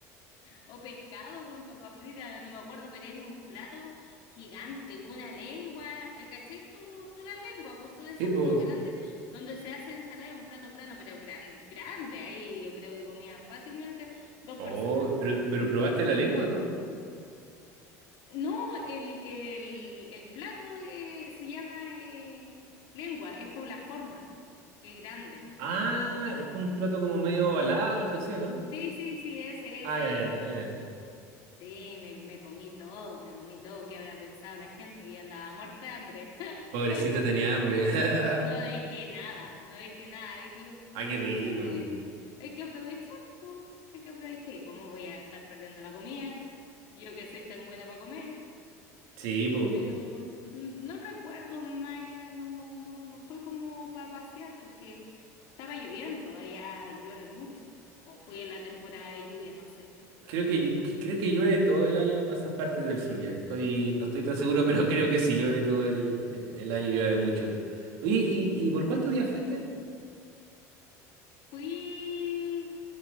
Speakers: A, on the left; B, on the right.
A: O pescado con papas fritas, no me acuerdo, pero era un plato gigante, una lengua. ¿El cachai? Tú, tú las lenguas, pues son esas
B: Sí, pues.
A: como grandes, donde se hace ensalada de un plato plano, pero gran, grande. Ahí yo creo que comían fácilmente dos
B: Oh,
A: personas.
B: pero, pero probaste la lengua, ¿no?
A: No, el, el, el plato eh, se llama eh, lengua, es como la forma, que es grande.
B: Ah, es como un plato como medio ovalado, algo así, ¿no?
A: Sí, sí, sí, ese,
B: Ay,
A: ese
B: ay,
A: mismo.
B: ay.
A: Sí, me, me comí todo, me comí todo. ¿Qué había pensado la gente? Que yo andaba muerta de hambre. <laughs>
B: Pobrecita tenía hambre.
A: No, no
B: <laughs>
A: dejé nada, no dejé nada. Dije yo,
B: Ay, qué
A: pucha,
B: rico.
A: sí, hay que aprovechar, po, hay que aprovechar. ¿Y cómo voy a estar perdiendo la comida? Yo que soy tan buena para comer.
B: Sí, pues.
A: Pero mm, no recuerdo, Maya, no, no, no fue como para pasear porque estaba lloviendo, allá llueve mucho. O fui en la temporada de lluvia, no sé.
B: Creo que, que- creo que llueve todo el año para esas partes del sur ya. Estoy, no estoy tan seguro, pero <laughs> creo que sí, llueve todo el, el, el año, llueve mucho. Oye, ¿y, y por cuántos días fuiste?
A: Fui,